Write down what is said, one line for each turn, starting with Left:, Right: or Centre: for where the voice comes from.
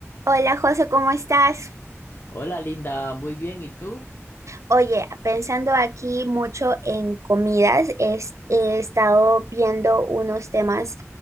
Right: Hola José, ¿cómo estás?
Left: Hola Linda, muy bien, ¿y tú?
Right: Oye, pensando aquí mucho en comidas, es- he estado viendo unos temas